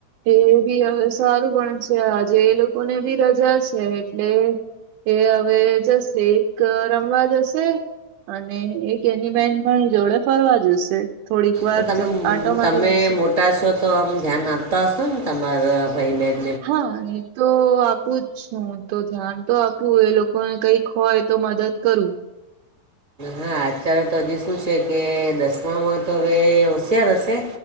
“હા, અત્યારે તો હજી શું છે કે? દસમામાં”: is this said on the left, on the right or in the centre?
Right